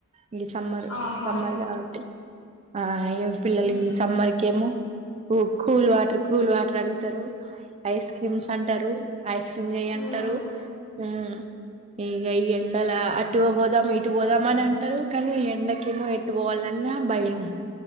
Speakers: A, on the right (about 30°); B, on the left (about 75°).
A: ఇగ సమ్మర్
B: ఆహా
A: సమ్మర్ కాబట్టి ఆ ఇగ పిల్లలు
B: ఉమ్
A: ఈ సమ్మర్కి ఏమో కూ కూల్ వాటర్ కూల్ వాటర్ అడుగుతారు ఐస్ క్రీమ్స్ అంటారు ఐస్ అంటారు
B: ఉమ్
A: మ్ ఇగ ఈ ఎండల అటు పోదాం ఇటు పోదాం అని అంటారు కానీ ఈ ఎండకేమో ఎటు పోవాల న్న భయం